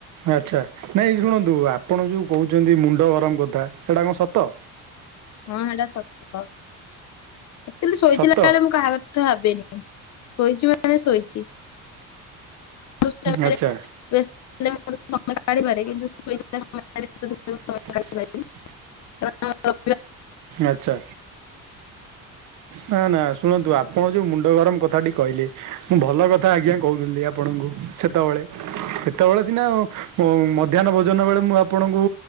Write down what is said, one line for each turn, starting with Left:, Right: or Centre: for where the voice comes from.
Right: ଆଚ୍ଛା ନାଇଁ ଶୁଣନ୍ତୁ ଆପଣ ଯୋଉ କହୁଛନ୍ତି ମୁଣ୍ଡ ଗରମ କଥା ସେଇଟା କଣ ସତ?
Left: ହଁ ସେଟା ସତ ଆଚୁଅଲି ଶୋଇଥିଲା
Right: ସତ
Left: ବେଳେ ମୁଁ କାହା କ ତ ଭାବେନି ଶୋଇଛି ମାନେ ଶୋଇଛି। ସମୟ
Right: ଆଚ୍ଛା
Left: କାଢିପାରେ କିନ୍ତୁ ଶୋଇ ସମୟ
Right: <inaudible>
Left: କାଢିପାରେନି। କାରଣ
Right: ଆଚ୍ଛା। ନା ନା ଶୁଣନ୍ତୁ ଆପଣ ଯୋଉ ମୁଣ୍ଡ ଗରମ କଥାଟି କହିଲେ। ମୁଁ ଭଲ କଥା ଆଜ୍ଞା କହୁଥିଲି ଆପଣଙ୍କୁ। ସେତବେଳେ। ସେତେବେଳେ ସିନା ଉଁ ମଧ୍ୟାହ୍ନ ଭୋଜନ ବେଳେ ମୁଁ ଆପଣଙ୍କୁ